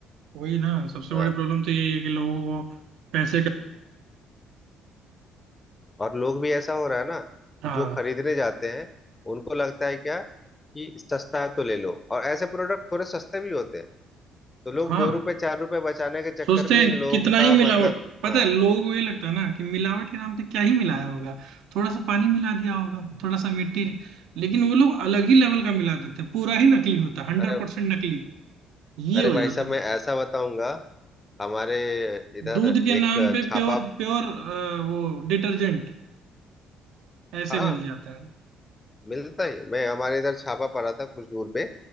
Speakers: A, on the right (about 75°); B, on the left (about 25°).
A: वही ना सबसे
B: हाँ
A: बड़ी प्रॉब्लम तो यही है कि लोगों को पैसे का
B: और लोग भी ऐसा हो रहा है ना कि
A: हाँ
B: जो खरीदने जाते हैं उनको लगता है क्या कि सस्ता है तो ले लो और ऐसे प्रोडक्ट थोड़े सस्ते भी होते हैं तो लोग
A: हाँ
B: दो रुपए चार रुपए बचाने के चक्कर
A: सोचते
B: में
A: हैं
B: इन लोगों
A: कितना ही
B: का
A: मिलावट
B: मतलब
A: पता
B: हाँ
A: है लोगों को ये लगता है ना कि मिलावट के नाम पे क्या ही मिलाया होगा थोड़ा सा पानी मिला दिया होगा थोड़ा सा मिट्टी लेकिन वो लोग अलग ही लेवल का मिला देते हैं पूरा ही नकली होता है हंड्रेड
B: अरे
A: परसेंट नकली ये
B: अरे
A: हो
B: भाई
A: जाता
B: साहब मैं
A: है
B: ऐसा बताऊंगा हमारे इधर
A: दूध के नाम
B: एक
A: पे
B: छापा
A: प्योर प्योर वो डिटर्जेंट ऐसे
B: हाँ
A: मिल जाते हैं
B: मिलता ही मैं हमारे इधर छापा पड़ा था कुछ दूर पे